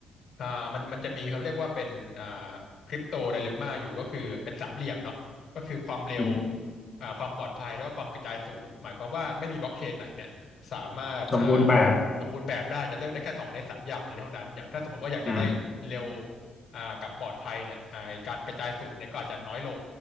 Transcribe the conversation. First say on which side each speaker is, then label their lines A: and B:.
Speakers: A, on the left; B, on the left.
A: อ่ามันมันจะมีเขาเรียกว่าเป็นอ่าคริปโตไดเลมม่าอยู่ก็คือเป็นสามเหลี่ยมเนาะก็คือความเร็ว
B: อืม
A: อ่าความปลอดภัยแล้วก็ความกระจายศูนย์หมายความว่าไม่มีบล็อกเชนไหนเนี่ยสามารถอ่า
B: สมบูรณ์แบบ
A: สมบูรณ์แบบได้จะเลือกได้แค่สองในสามอย่างนี้เท่านั้นอย่างถ้าสมมติว่าอยากจะได้เร็ว
B: อืม
A: อ่ากับปลอดภัยเนี่ยอ่าไอ้การกระจายศูนย์เนี่ยก็อาจจะน้อยลง